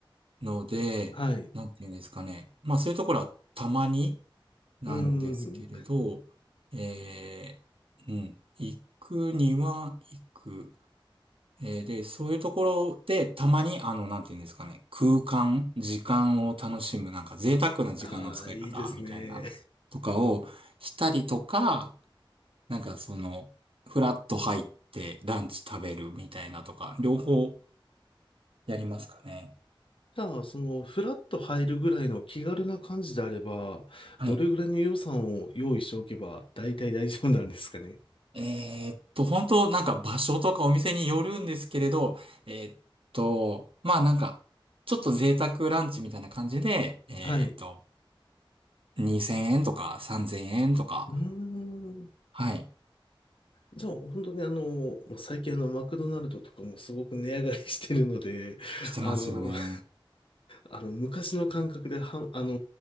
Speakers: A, on the right (about 75°); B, on the left (about 70°).
A: ので、
B: はい。
A: なんていうんですかね。まあそういうところはたまになんですけれど、
B: うんうん。
A: えー、うん、行くには行く。えーで、そういうところでたまにあの、なんていうんですかね、空間、時間を楽しむ、なんか贅沢な時間の使い方みたいなのとかをしたりとか、
B: ああ、いいですね。
A: なんかその、フラッと入ってランチ食べるみたいなとか、両方やりますかね。
B: じゃあ、その、フラッと入るぐらいの気軽な感じであれば、
A: はい
B: どれぐらいの予算を用意しておけば、大体大丈夫なんですかね。
A: えーっと、本当なんか場所とかお店によるんですけれど、えーっと、まあなんか、ちょっと贅沢ランチみたいな感じで、えーっと、
B: はい。
A: 2000円とか3000円とか、
B: うーん。
A: はい、
B: じゃあ、本当にあの、もう最近あの、マクドナルドとかもすごく値上がりしてるので、
A: してますよね。
B: あの、<laughs> あの昔の感覚では、あの